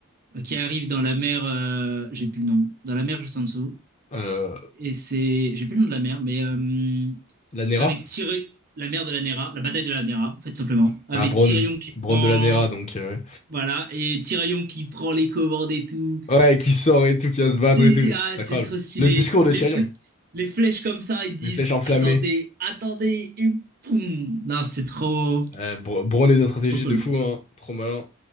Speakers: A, on the right; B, on the left.
A: euh, qui arrive dans la mer, euh, j'ai plus le nom, dans la mer juste en dessous.
B: Euh,
A: Et c'est, j'ai plus le nom de la mer, mais euh,
B: la Nera?
A: avec Tyrion, la mer de la Nera, la bataille de la Nera, en fait, tout simplement. Avec
B: Bah, Bronn.
A: Tyrion qui prend,
B: Bronn de la Nera, donc. euh,
A: voilà, et Tyrion qui prend les commandes et tout.
B: ouais, Ouais, qui sort et tout, qui va se battre
A: C'est
B: et tout.
A: ah,
B: C'est
A: c'est
B: Incroyable.
A: trop stylé.
B: Le discours de
A: Les,
B: Tyrion.
A: fl- les flèches comme ça, ils disent
B: Des flèches enflammées.
A: attendez, attendez, et poum. Non, c'est trop,
B: Euh, Bro- Brown est une stratégie
A: c'est trop cool.
B: de fou, hein. Trop malin.